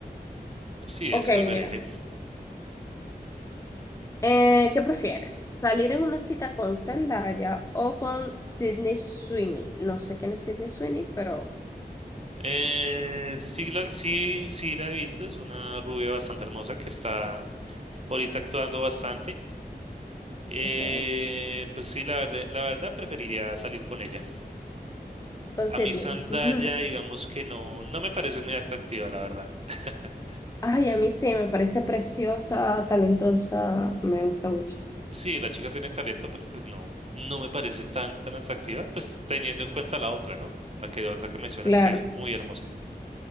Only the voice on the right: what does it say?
sí,
es preferible.
Eh, sí, la, sí, sí la he visto, es una rubia bastante hermosa que está ahorita actuando bastante. Eh,
pues sí, la verdad, la verdad preferiría salir con ella.
A
mí Zendaya,
digamos que no, no me parece muy atractiva, la verdad. <laughs>
Sí, la chica tiene talento, pero pues no, no me parece tan tan atractiva, pues teniendo en cuenta la otra, ¿no? La que otra que mencionas
que es muy hermosa.